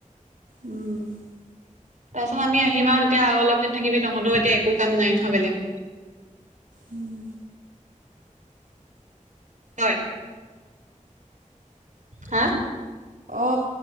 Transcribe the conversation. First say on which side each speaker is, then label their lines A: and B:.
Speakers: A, on the right; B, on the right.
A: উম
B: তাৰপাছত আমি আহিম আৰু তেতিয়া অলপ দিন থাকিবি তঁহত এতিয়া একো কাম নাই নহয় বেলেগ
A: উম
B: হয় হা
A: অ